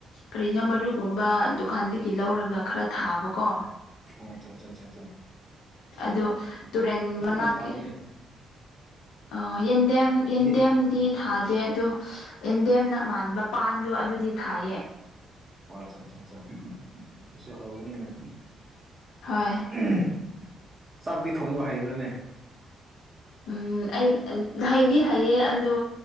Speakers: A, on the left; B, on the right.
A: ꯀꯔꯤꯅꯣ ꯃꯔꯨꯒꯨꯝꯕ ꯗꯨꯀꯥꯟꯗꯒꯤ ꯂꯧꯔꯒ ꯈꯔ ꯊꯥꯕꯀꯣ
B: ꯑꯣꯆꯥ ꯆꯥ ꯆꯥ ꯆꯥ
A: ꯑꯗꯨ ꯇꯨꯔꯦꯟ ꯃꯅꯥꯛꯀꯤ
B: ꯌꯥꯝ ꯐꯕꯅꯦ
A: ꯑ ꯌꯦꯟꯗꯦꯝ ꯌꯦꯟꯗꯦꯝꯗꯤ
B: ꯌꯦ ꯎꯝ
A: ꯊꯥꯗꯦ ꯑꯗꯣ ꯑꯦꯟꯗꯦꯝꯅ ꯃꯥꯟꯕ ꯄꯥꯟꯗꯣ ꯑꯗꯨꯗꯤ ꯊꯥꯏꯌꯦ
B: ꯑꯣ ꯆꯥꯆꯥꯆꯥ ꯁꯤꯁꯨ ꯍꯧꯕꯅꯤꯅꯦ
A: ꯍꯣꯏ
B: <unintelligible> ꯆꯥꯛꯇꯤ ꯊꯣꯡꯕ ꯍꯩꯕ꯭ꯔꯥꯅꯦ
A: ꯎꯝ ꯑꯩ ꯍꯩꯗꯤ ꯍꯩꯌꯦ ꯑꯗꯣ